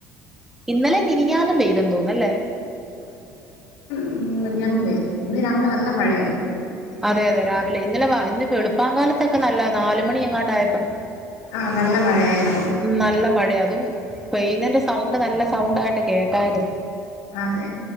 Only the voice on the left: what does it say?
ഉ ഞന്നുംപയോഗിക്കും ഇന്ന് രാവിലെ നല്ല മഴയായിരുന്നു
ആഹ് നല്ല മഴയായിരുന്നു
അതെ